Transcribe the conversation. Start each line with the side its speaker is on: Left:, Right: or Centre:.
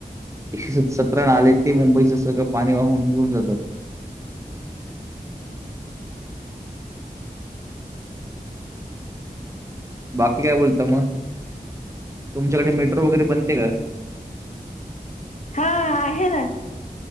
Right: एकशे स-सतरा नाले येत, ते मुंबईचं सगळं पाणी, वाहून घेऊन जातात. बाकी काय बोलता मग? तुमच्याकडे मेट्रो वगैरे बनते का?
Left: हां, आहे ना,